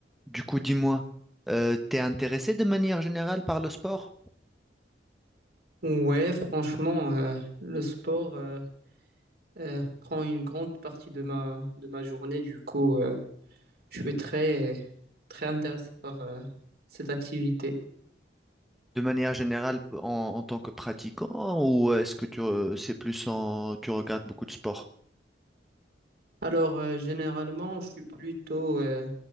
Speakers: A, in the centre; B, on the right.
A: Du coup, dis-moi, euh, t'es intéressé de manière générale par le sport?
B: Ouais, franchement, euh, le sport euh, euh, prend une grande partie de ma, de ma journée. Du coup, euh, je suis très, très intéressé par euh, cette activité.
A: De manière générale en, en tant que pratiquant ou est-ce que tu euh, c'est plus en tu regardes beaucoup de sport?
B: Alors, euh, généralement, je suis plutôt euh,